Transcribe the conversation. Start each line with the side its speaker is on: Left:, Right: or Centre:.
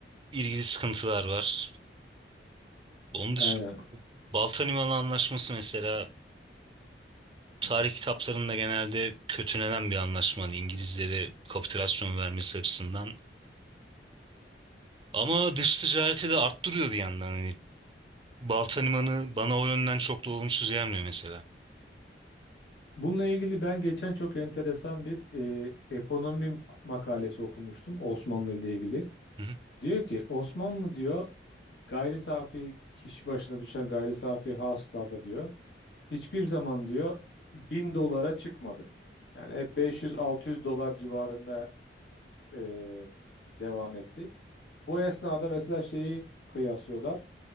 Right: ilgili sıkıntılar var. Onun dışında
Left: Aynen.
Right: Balta Limanı Anlaşması mesela tarih
Left: Hı hı.
Right: kitaplarında genelde kötülenen bir anlaşma. Hani İngilizlere kapitülasyon vermesi açısından. Ama dış ticareti de arttırıyor bir yandan. Hani Balta Limanı bana o yönden çok da olumsuz gelmiyor mesela.
Left: Bununla ilgili ben geçen çok enteresan bir e, ekonomi makalesi okumuştum Osmanlı ile ilgili.
Right: Hı hı.
Left: Diyor ki Osmanlı diyor gayri safi kişi başına düşen gayri safi hasılada diyor hiçbir zaman diyor 1000 dolara çıkmadı. Yani hep 500-600 dolar civarında e, devam etti. Bu esnada mesela şeyi kıyaslıyorlar.